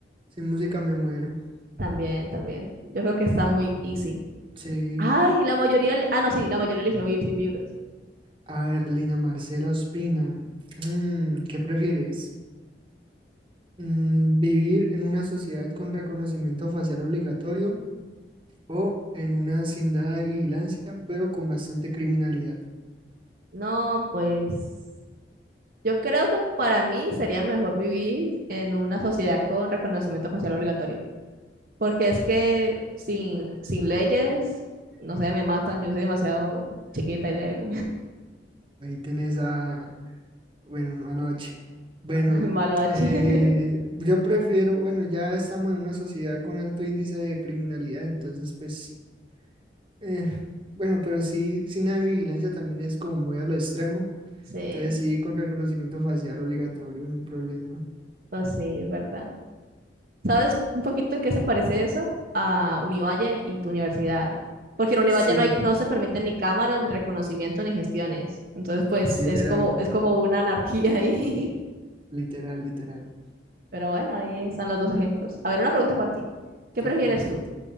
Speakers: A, on the right (about 30°); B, on the right (about 50°).
A: sin música me muero.
B: también, también. Yo creo que está muy easy.
A: Sí.
B: Ay, la mayoría, le- ah, no, sí, la mayoría eligió vivir sin libros.
A: A ver, Lina Marcela Ospina, mm, ¿qué prefieres? Mm, ¿vivir en una sociedad con reconocimiento facial obligatorio o en una sin nada de vigilancia, pero con bastante criminalidad?
B: No, pues yo creo que para mí sería mejor vivir en una sociedad con reconocimiento facial obligatorio. Porque es que sin, sin leyes, no sé, me matan. Yo soy demasiado chiquita y débil.
A: Ahí tenés a, Bueno, noche. Bueno,
B: <laughs> Malo H.
A: eh,
B: <laughs>
A: yo prefiero, bueno, ya estamos en una sociedad con alto índice de criminalidad, entonces pues, eh, bueno, pero sí, sin la vigilancia también es como muy a lo extremo.
B: Sí,
A: Entonces sí, con reconocimiento facial obligatorio, no hay problema.
B: pues sí, es verdad. ¿Sabes un poquito en qué se parece eso a Univalle y tu universidad? Porque en Univalle
A: Sí,
B: no, hay, no se permiten ni cámaras, ni reconocimiento, ni gestiones. Entonces, pues
A: literal,
B: es como, es como una anarquía ahí.
A: literal, literal.
B: <laughs> Pero bueno, ahí están los dos ejemplos. A ver, una pregunta para ti. ¿Qué
A: A
B: prefieres
A: ver, pregunta.
B: tú?